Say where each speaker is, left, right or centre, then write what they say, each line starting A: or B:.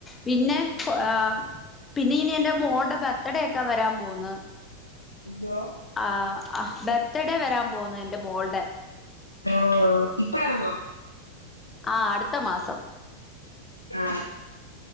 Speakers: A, on the left; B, on the left.
A: പിന്നെ ആ പിന്നെ ഇനി എന്റെ മോടെ ബർത്ത്ഡേക്കെ വരാൻ പോന്ന്
B: ഇതോ
A: ആ ഹ ബർത്ത്ഡേ വരാൻ പോന്നു എന്റെ മോൾടെ
B: ആണോന്നാ ബർത്ത്ഡേ ആണോ
A: ആഹ് അടുത്ത മാസം
B: ആ